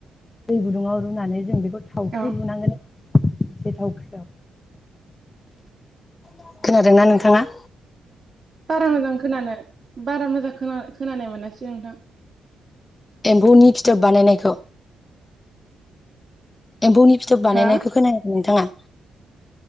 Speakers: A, on the left; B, on the right.
A: दै गुदुङाव रुनानै जों बेखौ थावख्रि
B: औ
A: लुनांगोन। एसे थावख्रियाव खोनादोंना नोंथाङा?
B: बारा मोजां खोनानो बारा मोजां खोनानाय मोनासै नोंथां।
A: एम्फौनि फिथोब बानायनायखौ एम्फौनि फिथोब बानायनायखौ
B: हो
A: खोनायाखै नोंथाङा?